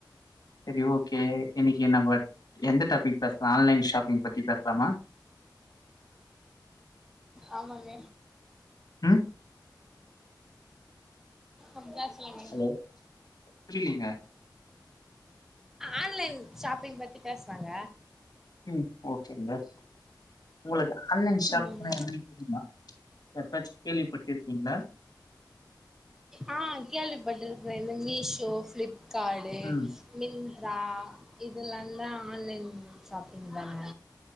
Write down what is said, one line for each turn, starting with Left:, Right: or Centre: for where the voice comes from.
Left: செரி ஓகே இன்னைக்கு நம்ப எந்த டாபிக் பேசலா ஆன்லைன் ஷாப்பிங் பத்தி பேசலாமா
Centre: ஆமாங்க
Left: ம்
Centre: அ பேசலாங்க
Left: ஹலோ புரியலீங்க
Centre: ஆன்லைன் ஷாப்பிங் பத்தி பேசலாங்க
Left: ம் ஓகேங்க உங்களுக்கு ஆன்லைன் ஷாப்பிங்ன்னா
Centre: ம்
Left: என்னன்னு தெரியுமா எப்பயாச்சு கேள்விப்பட்டுயிருக்கீங்களா
Centre: ஆ கேள்விப்பட்டு இருக்குக இந்த மீஷோ ஃவிலிப் கார்ட்டு
Left: ம்
Centre: மிந்த்ரா இதெல்லா தா ஆன்லைன் ஷாப்பிங் தானா